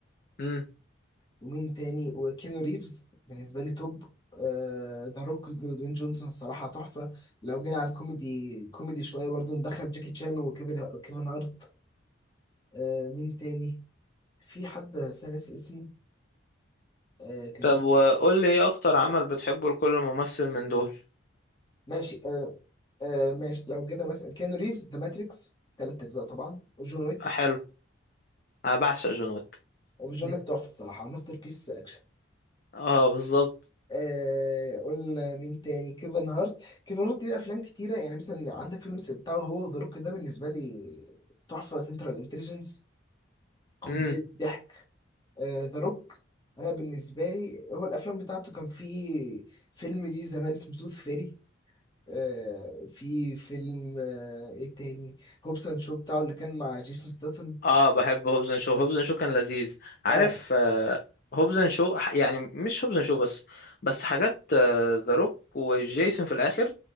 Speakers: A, on the left; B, on the left.
A: امم
B: ومين تاني وكينو ريفز بالنسبه لي توب آه، ذا روك ودوين جونسون الصراحه تحفه لو جينا على الكوميدي كوميدي شويه برضو ندخل جاكي تشان وكيفن كيفن هارت آه، مين تاني في حد بس أنا ناسي اسمه آه، كان
A: طب
B: اسمه
A: وقول لي ايه اكتر عمل بتحبه لكل ممثل من دول
B: ماشي آه، آه، ماشي لو جينا مثلا كيانو ريفز ذا ماتريكس تلات اجزاء طبعا وجون ويك
A: حلو انا بعشق جون ويك
B: وجون
A: <laughs>
B: ويك تحفه الصراحه ماستر بيس اكشن.
A: اه بالظبط
B: آه قلنا مين تاني كيفن هارت كيفن هارت ليه افلام كتيره يعني مثلا عندك فيلم بتاعه هو ذا روك ده بالنسبه لي تحفه سنترال انتليجنس قنبله
A: مم.
B: ضحك ذا روك انا بالنسبه لي هو الافلام بتاعته كان في فيلم ليه زمان اسمه توث فيري آه في فيلم آه ايه تاني هوبس اند شو بتاعه اللي كان مع جيسون ستاثام
A: اه بحب هوبز اند شو هوبز اند شو كان لذيذ عارف
B: اه
A: آه هوبز اند شو ح- يعني مش هوبز اند شو بس بس حاجات ذا روك وجيسون في الاخر